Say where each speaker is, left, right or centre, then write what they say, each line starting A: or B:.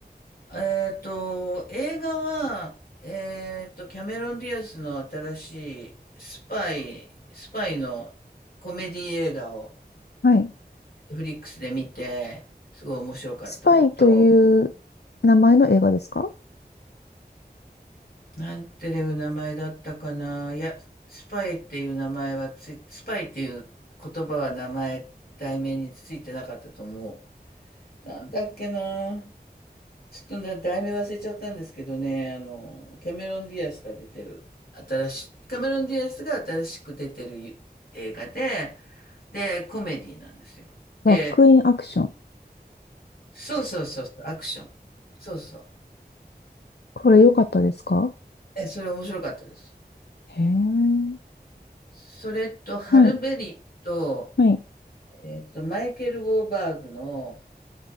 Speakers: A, on the left; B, on the left.
A: えっと、映画は、えっと、キャメロン・ディアスの新しいスパイ、スパイのコメディ映画を
B: はい。
A: フリックスで見て、すごい面白かったのと、
B: スパイという名前の映画ですか
A: なんていう名前だったかな。いや、スパイっていう名前はつい、スパイっていう言葉は名前、題名についてなかったと思う。なんだっけな。ちょっとな題名忘れちゃったんですけどね、あの、キャメロン・ディアスが出てる、新しい、キャメロン・ディアスが新しく出てる映画で、で、コメディなんですよ。で、
B: バックインアクション。
A: そうそうそう、
B: ち
A: アクション。そうそう。
B: これ良かったですか
A: え、それ面白かったです。
B: へえ。
A: それと、ハルベリーと、
B: はい。はい。
A: えっと、マイケル・ウォーバーグの、